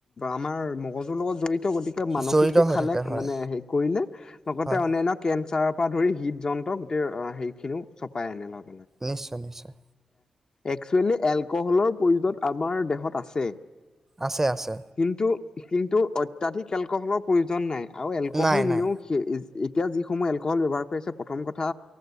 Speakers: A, on the left (about 40°); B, on the right (about 20°).
A: আমাৰ মগজুৰ লগত জড়িত গতিকে মানসিকটো
B: জড়িত হৈ
A: খালে
B: থাকে হয়
A: মানে হেৰি কৰিলে লগতে
B: হয়
A: অনান্য কেঞ্চাৰ তপ পৰা ধৰি হৃদ যন্ত্ৰ গোটেই হেৰিখিনিও চপাই আনে লগ
B: নিশ্চয় নিশ্চয়
A: এক্চুৱেলি এলকহলৰ প্ৰয়োজন আমাৰ দেহত আছে
B: আছে আছে
A: কিন্তু কিন্তু অত্যাধিক এলকহলৰ প্ৰয়োজন নাই আৰু এলকহল
B: নাই
A: কনেও
B: নাই
A: এতিয়া যিসমূহ এলকহল ব্যৱহাৰ কৰি আছে প্ৰথম কথা